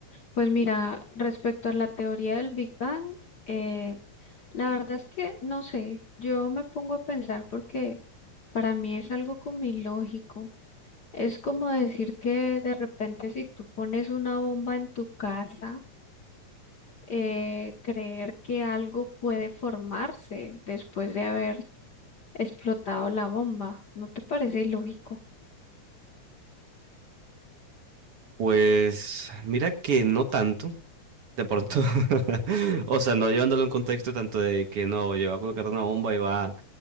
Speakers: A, on the left; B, on the right.
A: Pues mira, respecto a la teoría del Big Bang, eh, la verdad es que no sé, yo me pongo a pensar porque para mí es algo como ilógico. Es como decir que de repente si tú pones una bomba en tu casa, eh, creer que algo puede formarse después de haber explotado la bomba, ¿no te parece ilógico?
B: Pues mira que no tanto. de pronto. <laughs> O sea, no llevándolo en contexto tanto de que no, yo voy a colocar una bomba y va